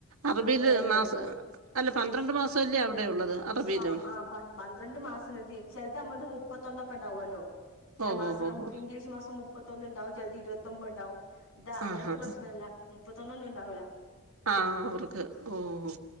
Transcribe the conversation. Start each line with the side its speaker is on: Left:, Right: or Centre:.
Right: അറബീല്
Left: അങ്ങനെ വരല്
Right: മാസം
Left: തുടങ്ങി
Right: അല്ല പന്ത്രണ്ട് മാസല്ലേ അവ്ടെ ഉള്ളത് അറബിയിലും
Left: ആ ആ പന്ത്രണ്ട് മാസം ഇത് ചെൽത് നമ്മൾത് മുപ്പത്തൊന്നൊക്കെണ്ടാവല്ലോ ചെല
Right: ഓ ഹോ
Left: മാസം
Right: ഹോ
Left: നമ്മക്ക്
Right: ഹോ
Left: ഇംഗ്ലീഷ് മാസം മു മുപ്പത്തൊന്ന്ണ്ടാവും ചെൽത് ഇരുപത്തൊമ്പ്ണ്ടാവും ഇത് അങ്ങൻത്തെ
Right: ആ ഹാ
Left: പ്രശ്നല്ല മുപ്പത്തൊന്നൊന്നുണ്ടാവൂല
Right: ആഹ് അവർക്ക് ഓഹ്